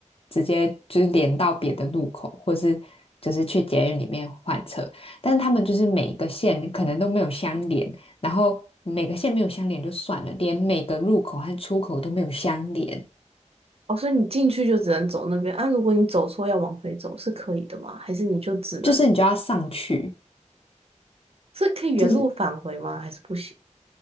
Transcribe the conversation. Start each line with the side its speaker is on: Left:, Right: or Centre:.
Left: 直接就是连到别的路口，或是就是去捷运里面换车。但是他们就是每一个线可能都没有相连，然后每个线没有相连就算了，连每个入口和出口都没有相连，
Right: 哦，所以你进去就只能走那边啊？如果你走错要往回走是可以的吗？还是你就只能
Left: 就是你就要上去，
Right: 是可以原路返回吗？
Left: 就是
Right: 还是不行